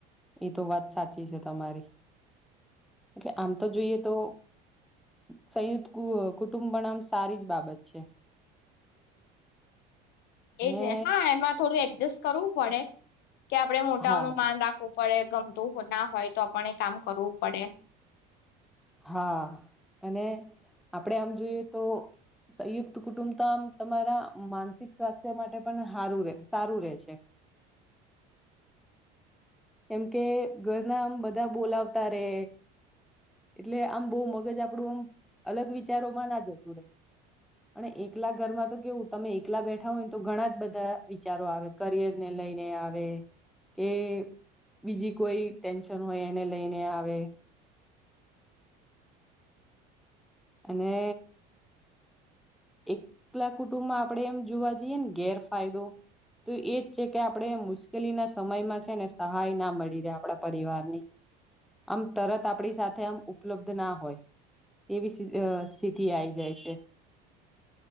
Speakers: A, in the centre; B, on the left.
A: એ તો વાત સાચી છે તમારી એટલે આમ તો જોઈએ તો સંયુદત કુટુંબ પણમ સારી જ બાબત છે અને
B: એજ ને હા એમાં થોડું એડજસ્ટ કરવું પડે કે આપડે મોટાઓ
A: હા
B: ન માન રાખવો પડે ગમતું ના હોય તો આપને એ કામ કરવું પડે
A: હા અને આપડે આમ જોઈએ તો સંયુક્ત કુટુંબ તો આમ તમારા માનસિક સ્વાસ્થ્ય માટે પણ હારું સારું રે છે એમ કે ઘરના આમ બધા બોલાવતા રે એટલે આમ બહુ મગજ આપડું આમ અલગ વિચારોમાં ના જતું રહેે અને એકલા ઘરમાં તો કેવું તમે એકલા બેઠા હોય તો ઘણા બધા વિચારો આવે કરિયર ને લ લઈને આવે કે બીજી કોઈ ટેન્શન હોય એને લઈને આવે અને એકલા કુટુંબમાં આપડે એમ જોવા જઈએ ને ગેરફાયદો તો એજ છે કે આપણે મુશ્કેલીના સમયમાં છે ને સહાય ના મળી રહે આપણા પરિવારની આમ તરત આપણી સાથે આમ ઉપલબ્ધ ના હોય તેવી સ્થિતિ આ આવી જાય છે